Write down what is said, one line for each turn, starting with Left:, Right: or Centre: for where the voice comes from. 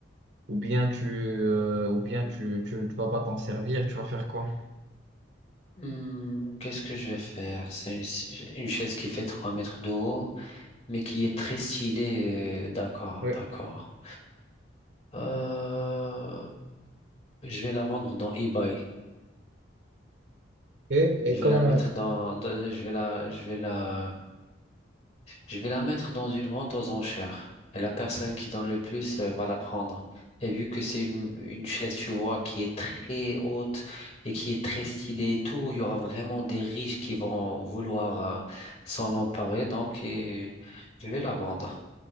Right: ou bien tu, euh, ou bien tu, tu, tu vas pas t'en servir, tu vas faire quoi?
Left: Hmm, qu'est-ce que je vais faire? C'est une, une chaise qui fait 3 mètres de haut, mais qui est très stylée. euh, D'accord,
Right: Oui.
Left: d'accord. Euh, je vais la vendre dans eBay.
Right: Et, et
Left: Je
Right: comment,
Left: vais la mettre dans, dans- je vais la, je vais la Je vais la mettre dans une vente aux enchères. Et la personne qui donne le plus euh, va la prendre. Et vu que c'est une, une chaise, tu vois, qui est très haute et qui est très stylée et tout, il y aura vraiment des riches qui vont vouloir euh, s'en emparer. Donc, et je vais la vendre.